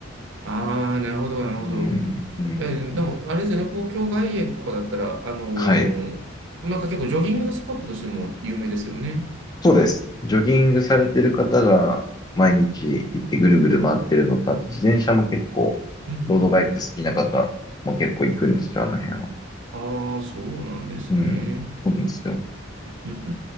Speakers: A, on the right (about 65°); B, on the left (about 20°).
A: ああ、なるほど、なるほど。
B: うん、うん。
A: えーでも、あれですよね、公共外苑とかだったら、あのーなんか結構ジョギングのスポットとしても有名ですよね。
B: はい。そうです。ジョギングされてる方が毎日行ってぐるぐる回ってるのと、
A: うん。
B: あと自転車も結構、
A: うんうん。
B: ロードバイク好きな方も結構行くんですよ、あの辺は。
A: ああ、そうなんですね。
B: うん、そうなんですよ。
A: うん